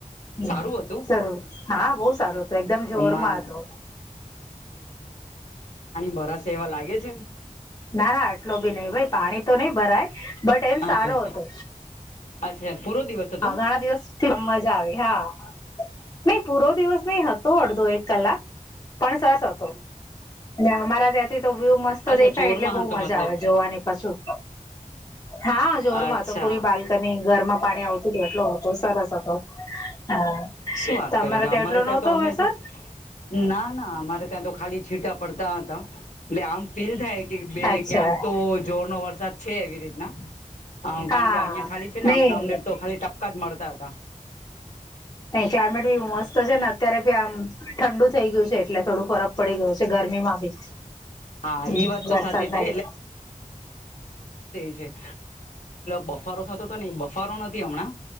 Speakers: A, on the left (about 30°); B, on the left (about 65°).
A: હમ
B: સારું હતું
A: સરરૂ હા બહુ સારું હતું એકદમ જોરમાં
B: અમારે
A: હતો.
B: બરા સ એવા લાગે છે ને
A: ના ના આટલો બી નહિ ભાઈ પાણી તો નઈ ભરાય બટ એમ
B: અચ્છા
A: સારો હતો.
B: અચ્છા. પૂરો દિવસ હતો
A: હા ઘણા દિવસથી મજા આવે હા. નહી પૂરો દિવસ નહી હતો અડધો એક કલાક પણ સરસ હતો. અમારા ત્યાંથી તો વ્યુ મસ્ત
B: અચ્છા
A: દેખાય
B: જોરમાં
A: એટલે બઉુ
B: હતો
A: મજા
B: મતલબ
A: આવે જોવાની પાછું હા જોરમાં
B: અચ્છા
A: તો પૂરી બાલ્કની ઘરમાં પાણી આવતું. હતો સરસ હતો. હા
B: શું વાત
A: તમારે
B: કરે છે અમારે
A: એટલો નહતો
B: ત્યાં તો અમે
A: વરસાદ
B: તો ના ના અમારે ત્યાં તો ખાલી છીટા પડતા. એટલે આમ ફીલ થાય કે બે
A: અચ્છા
B: ક્યાંક તો જોર નો વરસાદ છે એવી રીતના
A: હા
B: કારણ કે અહિયાં ખાલી છે ને
A: નહી
B: અમને અમને તો ખાલી ટપકા જ મળ હતા.
A: નહી ક્લાયમેટ બી મસ્ત છે ને અત્યારે બી આમ ઠંડુ થઈ ગયું છે એટલે થોડું ફરક પડી ગયો છે ગરમીમાં બી
B: હા એ
A: હ
B: વાત તો
A: વરસાદના
B: સાચી છે
A: લીધે
B: પ બફારો થ બફારો નથી હમણાં